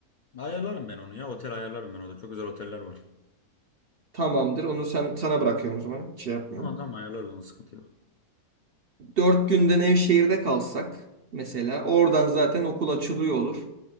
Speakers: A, on the left; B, on the right.
A: Ayarlarım ben onu ya. Otel ayarlarım ben orada. Çok güzel oteller var.
B: Tamamdır. Onu sen sana bırakıyorum o zaman. Hiç şey yapmıyorum.
A: Tamam tamam ayarlarız onu sıkıntı yok.
B: Dört günde Nevşehir'de kalsak mesela oradan zaten okul açılıyor olur.